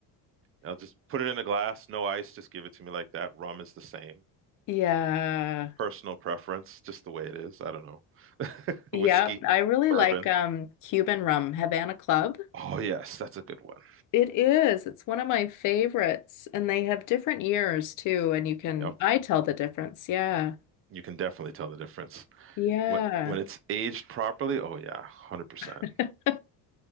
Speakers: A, on the right (about 30°); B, on the left (about 50°).
A: I'll just put it in a glass, no ice, just give it to me like that. Rum is the same.
B: Yeah.
A: personal preference, just the way it is. I don't know.
B: Yeah.
A: <laughs> Whiskey,
B: I really
A: bourbon.
B: like um Cuban rum, Havana Club.
A: Oh yes, that's a good one.
B: It is. It's one of my favorites. And they have different years too. And you can,
A: Yep.
B: I tell the difference. Yeah.
A: You can definitely tell the difference.
B: Yeah.
A: When when it's aged properly, oh yeah, 100%.
B: <laughs>